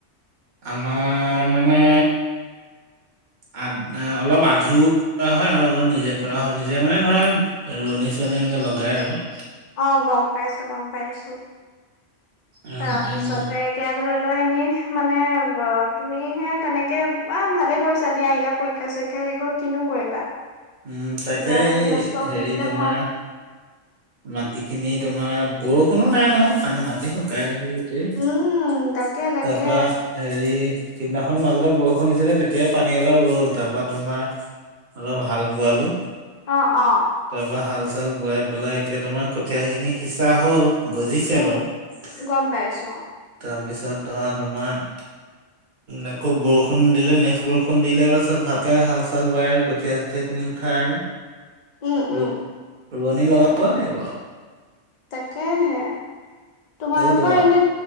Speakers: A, on the right; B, on the left.
A: আমাৰ মানে। আ অলপ আধিও কৰা হয় আৰু অলপ নিজে কৰা হয় নিজে মানে ধৰা ৰুৱনি চোৱনি এনেকে লগাই আৰু।
B: অ' গ'ম পাইছোঁ, গ'ম পাইছোঁ।
A: উম
B: তাৰপিছতে
A: উম
B: এতিয়া। ধৰি লোৱা এনে মানে তুমিহে তেনেকে বা ভালে কৰিছা দিয়া এতিয়া। পৰীক্ষা চৰীক্ষা শেষ হ'ল কিনো কৰিবা,
A: উম তাকে
B: কিবা এটাত
A: এই
B: ব্যস্ত
A: হেৰি
B: হৈ থাকিলে
A: তোমাৰ
B: ভাল।
A: মাটি খিনি তোমাৰ বৰষুণো নাই নহয়, পানী মাটি শুকাই। টেই তাৰপা
B: উম তাকে তাকে
A: এ এই কেইদিনাখননৰ মাজতে বৰষুণ দিছিলে, তেতিয়াই পানী অলপ ৰল তাৰপৰা তোমাৰ অলপ হাল বোৱালো।
B: অ' অ'
A: তাৰপৰা হাল চাল বোৱাই পেলাই এতিয়া তোমাৰ কঠীয়া খিনি সিঁচা হ'ল। গজিছে
B: উম
A: বাৰু।
B: গম পাইছো অ',
A: তাৰপিছত ধৰা তোমাৰ
B: <inaudible>
A: আকৌ বৰষুণ দিলে নেক্সট বৰষুণ দিলে তাৰকে হাল চাল বায় আৰু কঠীয়া চঠীয়াা কিনি উঠাই আৰু
B: উম, উম।
A: ৰুৱনি লগাব লাগিব আৰু।
B: তাকেহে
A: আৰু
B: তোমালোকৰ
A: এই তোমাৰ
B: এনেই